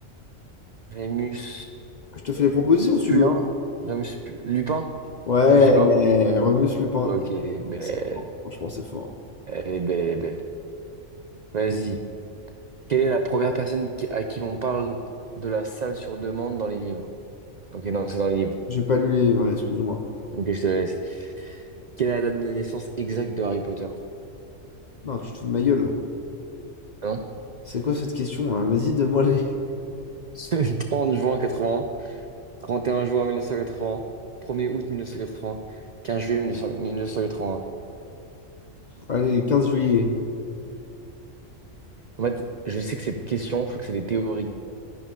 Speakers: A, on the right; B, on the left.
A: Rémus...
B: Je te fais les propositions si tu
A: Pulin?
B: veux.
A: Rémus... Pu- Lupin?
B: Ouais,
A: Rémus Lupin?
B: Remus Lupin.
A: Ok, elle est belle.
B: C'est fort. Franchement, c'est fort.
A: Elle est belle, elle est belle. Vas-y. Quelle est la première personne qui- à qui l'on parle de la salle sur demande dans les livres? Ok, non, c'est dans les livres.
B: J'ai pas lu les livres, excuse-moi.
A: Ok, je te la laisse. Quelle est la date de naissance exacte de Harry Potter?
B: Non, tu te fous de ma gueule. là.
A: Ah non? <laughs>
B: C'est quoi cette question là? Vas-y, donne-moi les. <laughs>
A: C'est le 30 juin 80, 31 juin 1980, 1er août 1980, 15 juillet 1900 1981.
B: Allez, 15 juillet.
A: En fait, je sais que cette question, je crois que c'est des théories.